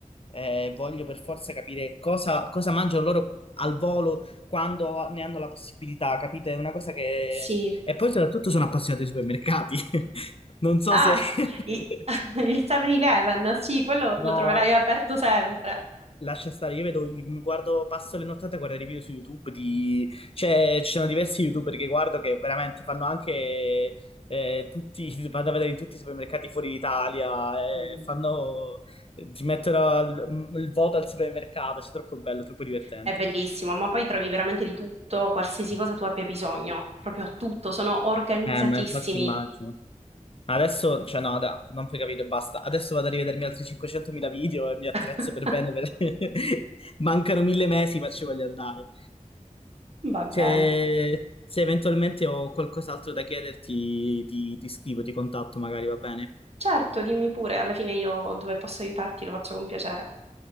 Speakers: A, on the left (about 45°); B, on the right (about 55°).
A: Eh, voglio per forza capire cosa, cosa mangiano loro al volo quando ne hanno la possibilità, capite? È una cosa che...
B: sì.
A: E poi soprattutto sono appassionato ai supermercati. <laughs> Non so
B: Ah,
A: se...
B: i-
A: <laughs>
B: <laughs> il 7-Eleven, sì, quello
A: No.
B: lo troverai aperto sempre.
A: Lascia stare, io vedo, mi guardo, passo le nottate a guardare i video su YouTube di... Cioè, ci sono diversi YouTuber che guardo che veramente fanno anche eh, tutti, <laughs> vanno a vedere in tutti i supermercati fuori d'Italia, eh,
B: Mm.
A: fanno, ti mettono il, il voto al supermercato, cioè, è troppo bello, troppo divertente.
B: È bellissimo, ma poi trovi veramente di tutto, qualsiasi cosa tu abbia bisogno, proprio tutto, sono organizzatissimi.
A: Eh, ma infatti immagino. Adesso, cioè no, da, non puoi capire, basta. Adesso vado a rivedermi altri 500.000 video e mi attrezzo
B: <laughs>
A: per bene. per- <laughs> Mancano mille mesi, ma ci voglio andare.
B: Va bene.
A: Se, se eventualmente ho qualcos'altro da chiederti, ti, ti scrivo, ti contatto magari, va bene?
B: Certo, dimmi pure, alla fine io dove posso aiutarti lo faccio con piacere.